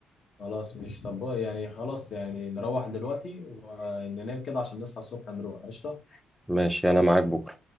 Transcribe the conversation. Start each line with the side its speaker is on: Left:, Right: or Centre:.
Left: خلاص ماشي طب بقى يعني خلاص يعني نروح دلوقتي وننام كده عشان نصحى الصبح نروح قشطه
Centre: ماشي انا معاك بكرة